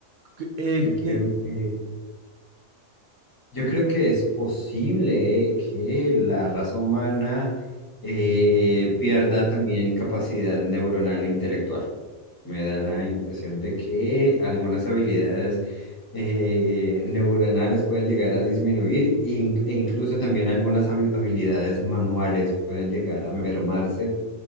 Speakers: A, on the right; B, on the left.
A: Que- eh,
B: Yo creo
A: que-
B: que Yo creo que es posible eh, que la raza humana eh, pierda también capacidad neuronal e intelectual. Me da la impresión de que algunas habilidades eh, neuronales pueden llegar a disminuir in- e incluso también algunas habi- habilidades manuales pueden llegar a mermarse,